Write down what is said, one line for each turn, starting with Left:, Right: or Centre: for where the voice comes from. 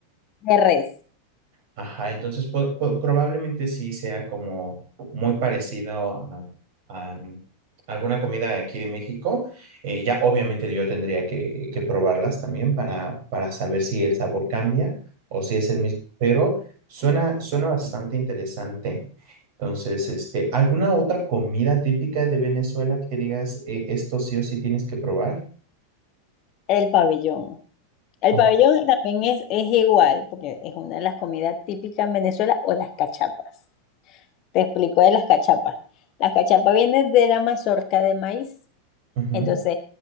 Left: de res.
Right: Ajá, entonces po- po- probablemente sí sea como muy parecido a, a, mm, alguna comida de aquí de México. Eh, ya obviamente yo tendría que, que probarlas también para, para saber si el sabor cambia o si es el mismo, pero suena, suena bastante interesante. Entonces, este, ¿alguna otra comida típica de Venezuela que digas, "Eh, esto sí o sí tienes que probar?
Left: El pabellón. El
Right: O-
Left: pabellón también es, es igual, porque es una de las comidas típicas en Venezuela, o las cachapas. Te explico de las cachapas. Las cachapas vienen de la mazorca de maíz.
Right: ujú.
Left: Entonces